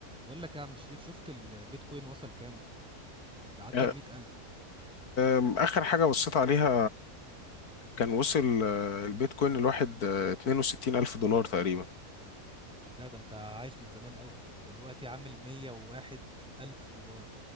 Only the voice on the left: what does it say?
أه،
أم، آخر حاجة بصيت عليها كان وصل آه، البيتكوين الواحد 62 ألف دولار تقريبا